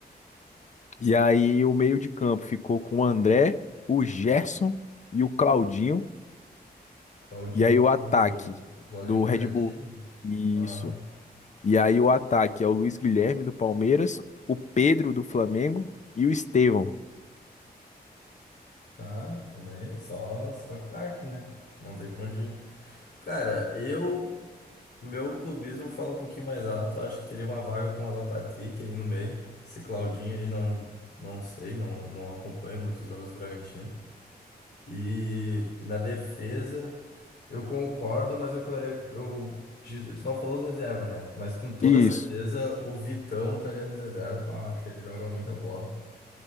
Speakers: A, on the left; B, on the left.
A: E aí o meio de campo ficou com o André, o Gerson e o Claudinho.
B: Claudinho
A: E aí o ataque
B: do, Claudinho
A: do
B: do
A: Red
B: Bragantino?
A: Bull. Isso.
B: Ah,
A: E aí o ataque é o Luiz Guilherme do Palmeiras, o Pedro do Flamengo e o Estevão.
B: tá, também, é só, só craque, né? Não tem pra onde ir. Cara, eu Meu clubismo fala um pouquinho mais alto. Acho que teria uma vaga para um Alan Patrick aí no meio. Esse Claudinho aí não, não sei, não, não acompanho muitos jogos do Bragantino. E, e na defesa, eu concordo, mas eu colocaria. Eu, de- tu não falou os reserva, né? Mas com toda
A: Isso.
B: certeza o Vitão estaria nos reserva. Ah, acho que ele joga muita bola.